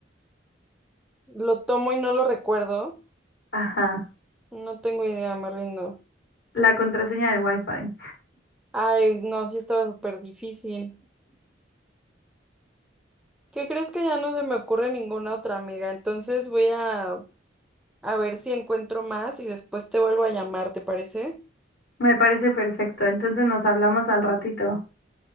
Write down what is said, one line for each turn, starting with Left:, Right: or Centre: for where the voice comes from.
Centre: Lo tomo y no lo recuerdo.
Left: Ajá.
Centre: No tengo idea, me rindo.
Left: La contraseña del Wi-Fi.
Centre: Ay, no, sí estaba súper difícil. ¿Qué crees que ya no se me ocurre ninguna otra amiga? Entonces voy a, a ver si encuentro más y después te vuelvo a llamar, ¿te parece?
Left: Me parece perfecto. Entonces nos hablamos al ratito.